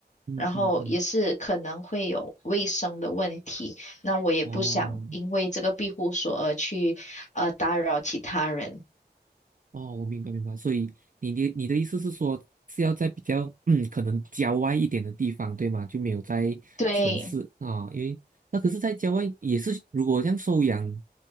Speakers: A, on the right; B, on the left.
A: 嗯嗯嗯，
B: 然后也是可能会有卫生的问题，那我也不想因为这个庇护所而去呃打扰其他人。
A: 哦。哦，我明白明白，所以你的你的意思是说是要在比较嗯可能郊外一点的地方，对吗？就没有在城市啊，
B: 对，
A: 因为那可是，在郊外也是，如果这样收养